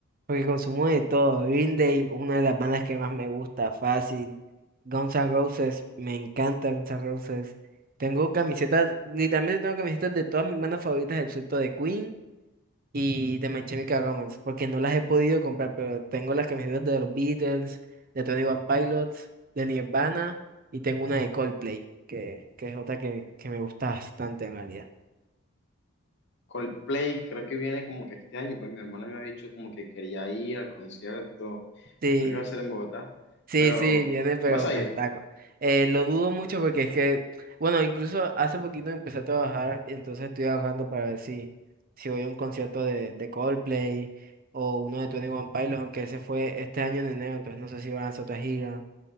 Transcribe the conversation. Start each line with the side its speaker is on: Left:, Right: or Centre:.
Right: Porque consumo de todo. Green Day, una de las bandas que más me gusta, fácil. Guns N' Roses, me encanta Guns N' Roses. Tengo camisetas, literalmente tengo camisetas de todas mis bandas favoritas, excepto de Queen y de My Chemical Romance, porque no las he podido comprar, pero tengo las camisetas de los Beatles, de Tony One Pilots, de Nirvana y tengo una de Coldplay, que, que es otra que, que me gusta bastante en realidad.
Left: Coldplay creo que viene como que este año, pues mi hermana me ha dicho como que quería ir al concierto,
Right: Sí.
Left: creo que va a ser en Bogotá,
Right: Sí,
Left: pero
Right: sí, viene, pero
Left: vas a
Right: pues
Left: ir.
Right: taco. Eh, lo dudo mucho porque es que, bueno, incluso hace poquito empecé a trabajar y entonces estoy ahorrando para ver si, si voy a un concierto de, de Coldplay o uno de Twenty One Pilots, aunque ese fue este año en enero, entonces no sé si van a hacer otra gira.